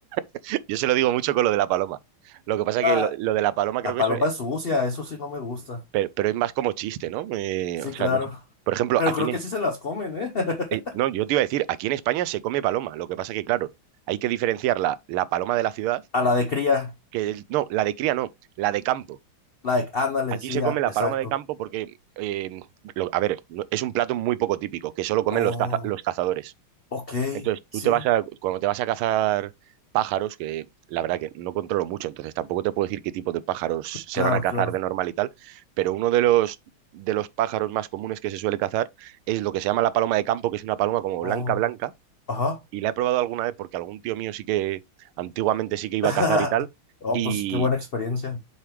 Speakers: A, on the right; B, on the left.
A: <laughs> yo se lo digo mucho con lo de la paloma. Lo que pasa
B: Ah,
A: es que lo, lo de la paloma creo
B: la
A: que
B: paloma
A: es, eh,
B: es sucia, eso sí no me gusta.
A: pero, pero es más como chiste, ¿no? Eh,
B: Sí,
A: o sea,
B: claro.
A: no sé. Por ejemplo,
B: Pero
A: aquí
B: creo
A: en, E-
B: que sí se las comen, ¿eh? <laughs>
A: eh, no, yo te iba a decir, aquí en España se come paloma. Lo que pasa es que, claro, hay que diferenciar la, la paloma de la ciudad,
B: A la de cría,
A: que el- no, la de cría no, la de campo.
B: la de, ándale,
A: Aquí
B: sí,
A: se
B: ah,
A: come la
B: exacto.
A: paloma de campo porque, eh, lo- a ver, no- es un plato muy poco típico, que solo comen
B: Oh,
A: los, caza- los cazadores.
B: ok,
A: Entonces,
B: sí,
A: tú te vas a, cuando te vas a cazar pájaros, que la verdad que no controlo mucho, entonces tampoco te puedo decir qué tipo de pájaros se
B: claro,
A: van a cazar
B: claro.
A: de normal y tal, pero uno de los, de los pájaros más comunes que se suele cazar es lo que se llama la paloma de campo, que es una paloma como blanca,
B: Oh,
A: blanca,
B: ajá.
A: y la he probado alguna vez porque algún tío mío sí que antiguamente sí que iba
B: <laughs>
A: a cazar y tal,
B: Oh,
A: y
B: pues qué buena experiencia.